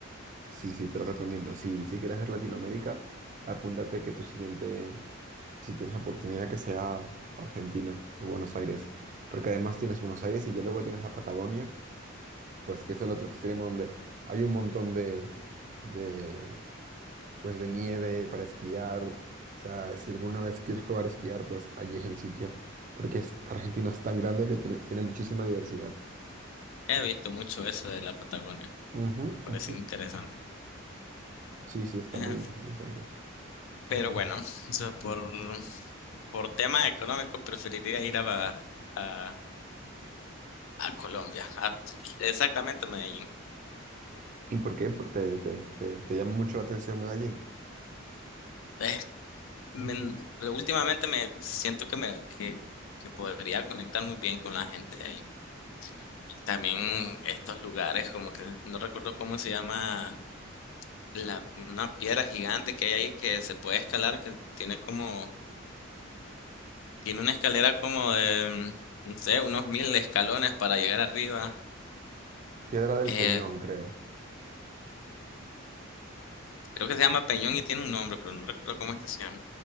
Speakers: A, on the right; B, on the left.
A: Sí, sí, te lo recomiendo. Si, si quieres ver Latinoamérica, apúntate que tu siguiente, si tienes la oportunidad, que sea Argentina, en Buenos Aires. Porque además tienes Buenos Aires y ya luego tienes la Patagonia, pues que es el otro extremo donde hay un montón de, de, pues, de nieve para esquiar. O sea, si alguna vez quieres probar esquiar, pues allí es el sitio. Porque es- Argentina es tan grande que tiene, tiene muchísima diversidad.
B: He visto mucho eso de la Patagonia.
A: Ujú,
B: Me parece
A: ujú.
B: interesante.
A: Sí, sí, está
B: Eh,
A: muy interesante.
B: pero bueno, o sea, por, por tema económico preferiría ir a, a, a Colombia. a- exactamente a Medellín.
A: ¿Y por qué? Por- te, te, te, te llama mucho la atención Medellín.
B: Eh, me- últimamente me siento que me que, que podría conectar muy bien con la gente de ahí. Y también estos lugares, como que no recuerdo cómo se llama, la, una piedra gigante que hay ahí que se puede escalar, que tiene como, tiene una escalera como de, mm, no sé, unos mil escalones para llegar arriba.
A: Piedra del
B: Eh,
A: Peñón, creo.
B: creo que se llama Peñón y tiene un nombre, pero no recuerdo cómo es que se llama.